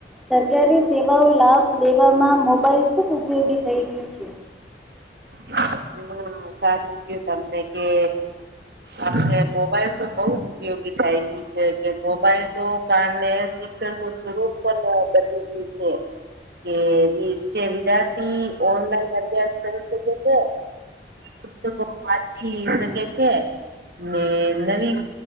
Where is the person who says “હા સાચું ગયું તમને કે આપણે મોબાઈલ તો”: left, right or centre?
Right